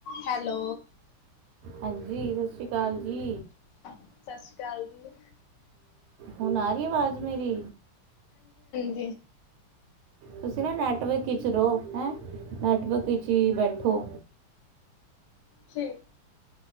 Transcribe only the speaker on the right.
ਹਾਂਜੀ ਸਤਿ ਸ਼੍ਰੀ ਅਕਾਲ ਜੀ
ਹੁਣ ਆ ਰਹੀ ਆਵਾਜ਼ ਮੇਰੀ
ਤੁਸੀਂ ਨਾ ਨੈਟਵਰਕ ਵਿਚ ਰਹੋ ਹੈਂ ਨੈਟਵਰਕ ਵਿਚ ਹੀ ਬੈਠੋ